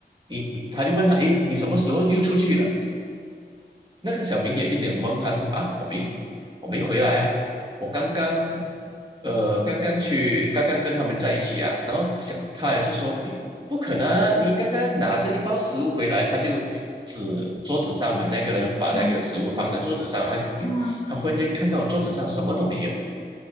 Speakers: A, on the right; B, on the left.
A: 你你，他就问他，诶，你什么时候又出去了？那个小明也一脸懵，他说啊，我没我没回来啊，我刚刚呃刚刚去刚刚跟他们在一起啊，然后想他也是说，诶不可能啊，你刚刚拿着一包食物回来，他就指桌子上嘛，那个人把那个食物放在桌子上，
B: 啊
A: 他就诶他忽然间看到我桌子上什么都没有。
B: 对啊，